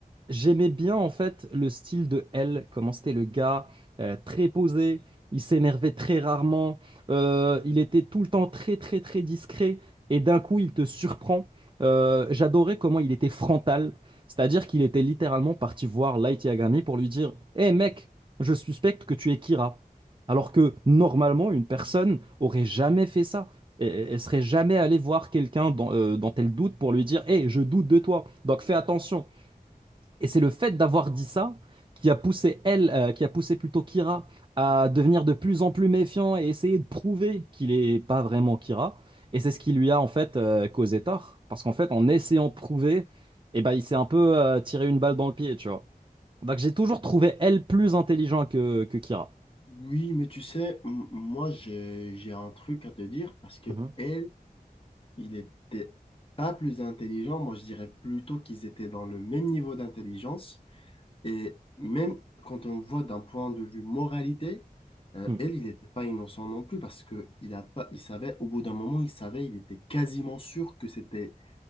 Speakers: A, on the right; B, on the left.
A: J'aimais bien en fait le style de L, comment c'était le gars, euh, très posé, il s'énervait très rarement, euh, il était tout le temps très très très discret et d'un coup il te surprend. Euh, j'adorais comment il était frontal, c'est-à-dire qu'il était littéralement parti voir Light Yagami pour lui dire «Hé mec, je suspecte que tu es Kira». Alors que normalement une personne aurait jamais fait ça. Et- Elle serait jamais allée voir quelqu'un dans, euh, dont elle doute pour lui dire «Hé, je doute de toi, donc fais attention». Et c'est le fait d'avoir dit ça qui a poussé elle, euh, qui a poussé plutôt Kira à devenir de plus en plus méfiant et essayer de prouver qu'il n'est pas vraiment Kira. Et c'est ce qui lui a en fait euh, causé tort. Parce qu'en fait, en essayant de prouver, eh ben, il s'est un peu euh, tiré une balle dans le pied, tu vois. Donc j'ai toujours trouvé elle plus intelligente que, que Kira.
B: Oui, mais tu sais, m- moi j'ai j'ai un truc à te dire parce que
A: Mhm.
B: elle, Il était pas plus intelligent, moi je dirais plutôt qu'ils étaient dans le même niveau d'intelligence. Et même quand on voit d'un point de vue moralité, euh,
A: Mhm.
B: elle, il n'était pas innocent non plus parce que il a pas, il savait, au bout d'un moment, il savait, il était quasiment sûr que c'était